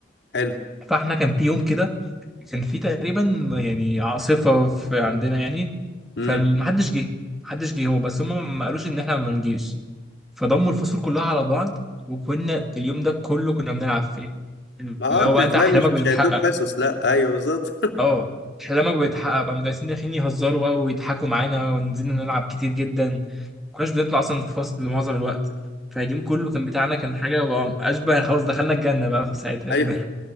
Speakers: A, on the left (about 70°); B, in the centre.
A: حلو
B: فاحنا كان في يوم كده كان في تقريبا يعني عاصفه في عندنا يعني
A: امم
B: فمحدش جه محدش جه هو بس هم ما قالوش ان احنا ما نجيش فضموا الفصول كلها على بعض وكنا اليوم ده كله كنا بنلعب فيه اللي
A: ما اه انت
B: هو بقى
A: هتلاقي
B: انت احلامك
A: مش مش
B: بتتحقق
A: هيدوك حصص لا ايوه بالظبط
B: اه احلامك بتتحقق بقى المدرسين داخلين يهزروا بقى ويضحكوا معانا ونزلنا نلعب كتير جدا كناش بنطلع اصلا الفصل معظم الوقت فاليوم كله كان بتاعنا كان حاجه بقى اشبه خلاص دخلنا الجنه بقى في ساعتها
A: <laughs>
B: كده